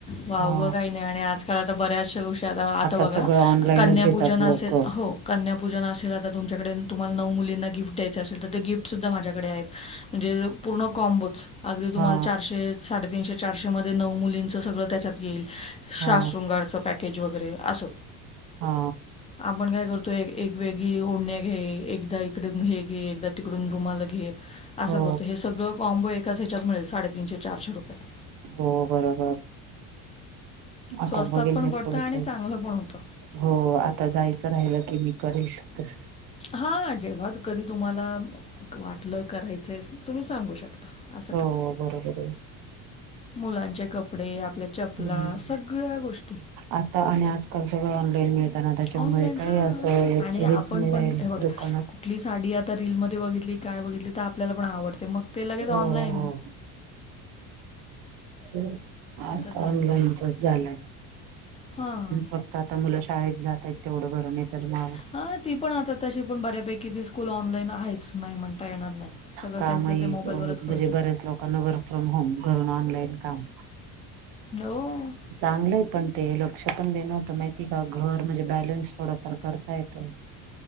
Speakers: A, on the left; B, on the right.
A: वावगं
B: हा
A: काही नाही आणि आजकाल आता बऱ्याचशा गोष्टी आता, आता बघा
B: सगळं ऑनलाईनच
A: कन्यापूजन
B: घेतात लोक
A: असेल, हो. कन्यापूजन असेल, आता तुमच्याकडे, तुम्हाला नऊ मुलींना, गिफ्ट द्यायचे असेल, तर ते गिफ्ट सुद्धा माझ्याकडे आहेत. म्हणजे पूर्ण कॉम्बोच, अगदी तुम्हाला
B: हा
A: चारशे, साडेतीनशे- चारशे मध्ये नऊ मुलीं च सगळ त्याच्यात येईल,
B: हा
A: शाश-शृंगारच पॅकेज वगैरे, अस.
B: हा
A: आपण काय करतोय, ए-एक वेगळी ओढणे घे, एकदा इकडून घे. घे <unintelligible> तिकडून रुमालं घे, अस
B: हो
A: करतो, हे सगळं कॉम्बो ये. एकाच ह्याच्यात मीळल, साडेतीनशे-चारशे रुपयात.
B: हो, बरोबर. आता
A: स्वस्तात
B: बघैल
A: पण
B: मी,
A: पडतं
B: पुढच्या
A: आणि
B: वेळेस.
A: चांगलं पण होतं.
B: हो, आता जायचं राहिलं, की मी करेल तस
A: हां, जेव्हाच कधी तुम्हाला, वाटलं करायचं. तुम्ही सांगू शकता, अस
B: हो
A: काय,
B: बरोबर आहे.
A: मुलांचे कपडे, आपल्या चपला
B: हम्म,
A: सगळ्या गोष्टी
B: आता आणि आजकाल सगळं ऑनलाईन मिळ त्यांना त्याच्यामुळ,
A: ऑनलाईन
B: काय
A: हां
B: असं, याच
A: आणि
B: हेच
A: आपण
B: नाही
A: पण
B: राहिल,
A: हे बघा
B: दुकानात.
A: कुठली साडी, आता रीलमध्ये बघितली, काय बघितली, त आपल्याला पण आवड ते मग, ते लगेच,
B: हो
A: ऑनलाइन
B: हो. च आत
A: चालू
B: ऑनलाईनचाच,
A: आहे.
B: झाला.
A: हां
B: फक्त आता मुलं, शाळेत जात ये, तेवढं बर, नाय तर म
A: अं ती पण आता, तशी पण बऱ्यापैकी, ती स्कूल ऑनलाईन आहेच, नाही म्हणता येणार नाही. सगळं
B: काम
A: त्यांचं
B: येईल,
A: ते मोबाईलवरच
B: म्हणजे
A: कळतं.
B: बऱ्याच लोकांना वर्क फ्रॉम होम, घरून ऑनलाईन काम
A: हो.
B: चांगलं ये पण ते, लोक <unintelligible> हे नव्हतं माहिती का, घर म्हणजे बॅलन्स थोडाफार करता येतो.